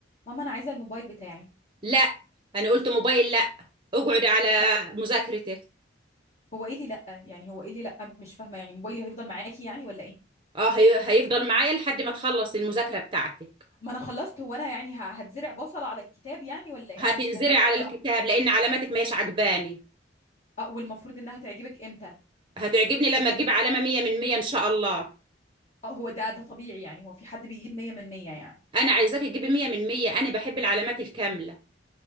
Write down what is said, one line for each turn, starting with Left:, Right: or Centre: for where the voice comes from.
Left: ماما انا عايزه الموبايل بتاعي
Right: لا انا قلت موبايل لا اقعد على
Left: لا
Right: مذاكرتك
Left: هو ايه اللي لا يعني هو ايه اللي لا مش فاهمه يعني موبايلي هيفضل معاكي يعني ولا ايه
Right: اه هي... هيفضل معايا لحد ما تخلص المذاكرة بتاعتك
Left: ما انا خلصت هو انا يعني ه- هتزرع بصل على الكتاب يعني ولا ايه
Right: هتنزرع
Left: انا مش فاهماك
Right: على
Left: الصراحه
Right: الكتاب لان علاماتك ما هيش عجباني
Left: اه والمفروض انها تعجبك امتى
Right: هتعجبني لما تجيب علامة مية من مية ان شاء الله
Left: اه هو ده ده طبيعي يعني هو في حد بيجيب 100 من 100 يعني
Right: انا عايزاك تجيبي مية من مية انا بحب العلامات الكاملة